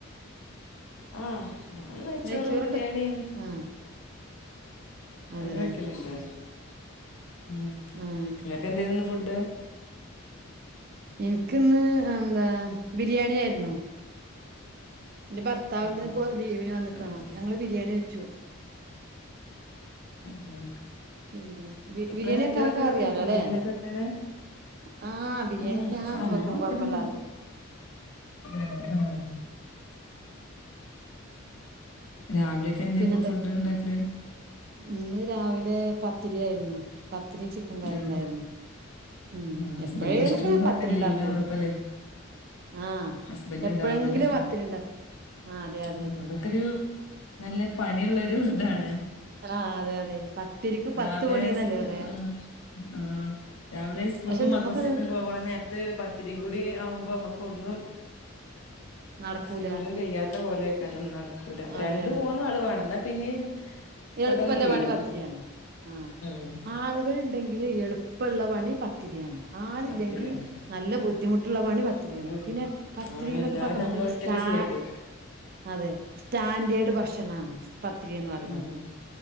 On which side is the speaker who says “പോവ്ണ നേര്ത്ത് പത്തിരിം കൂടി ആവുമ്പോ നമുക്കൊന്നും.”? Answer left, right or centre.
Left